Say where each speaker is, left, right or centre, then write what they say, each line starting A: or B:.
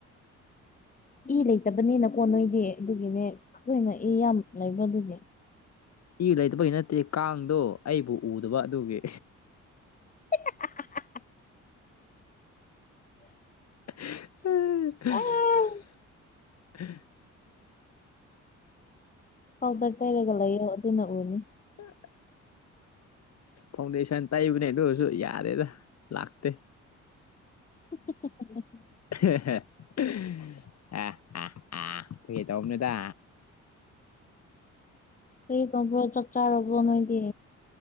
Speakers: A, on the left; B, on the left.
A: ꯏ ꯂꯩꯇꯕꯅꯤꯅꯀꯣ ꯅꯣꯏꯗꯤ ꯑꯗꯨꯒꯤꯅꯦ ꯈꯣꯏꯅ ꯏ ꯌꯥꯝ ꯂꯩꯕ ꯑꯗꯨꯒꯤ
B: ꯏ ꯂꯩꯇꯕꯒꯤ ꯅꯠꯇꯦ ꯀꯥꯡꯗꯣ ꯑꯩꯕꯨ ꯎꯗꯕ ꯑꯗꯨꯒꯤ
A: ꯍꯤ ꯍꯥ ꯍꯥ ꯍꯥ ꯍꯥ ꯍꯥ
B: <unintelligible>
A: ꯑꯥ ꯄꯥꯎꯗꯔ ꯇꯩꯔꯒ ꯂꯩꯌꯣ ꯑꯗꯨꯅ ꯎꯅꯤ
B: <unintelligible> ꯐꯥꯎꯟꯗꯦꯁꯟ ꯇꯩꯕꯅꯦ ꯑꯗꯨ ꯑꯣꯏꯔꯁꯨ ꯌꯥꯗꯦꯗ ꯂꯥꯛꯇꯦ
A: ꯍꯨꯝꯍꯨꯝꯍꯨꯝ
B: ꯑ ꯍꯦ ꯍꯦ ꯑꯦ ꯍꯦ ꯍꯦ ꯐꯥꯒꯤ ꯇꯩꯕꯅꯤꯗ
A: ꯀꯔꯤ ꯇꯧꯕ꯭ꯔꯣ ꯆꯥꯛꯆꯥꯔꯕꯣ ꯅꯣꯏꯗꯤ